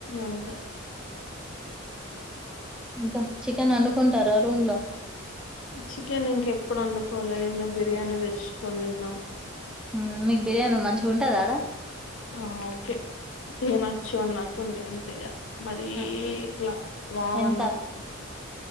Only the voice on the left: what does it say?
అంతే
చికెన్ ఇంకెప్పుడు వండుకోలే నిన్న బిర్యానీ తెచ్చుకొని తిన్నాం
ఆ ఓకే తినొచ్చు అన్నట్టుండే అంతే ఇగ మరీ
ఇట్లా వావ్
అన్నట్టు